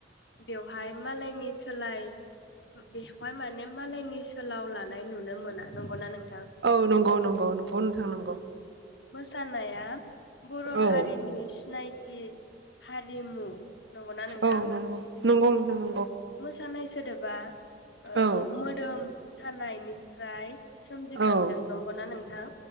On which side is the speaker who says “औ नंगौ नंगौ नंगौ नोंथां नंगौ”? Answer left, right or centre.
Right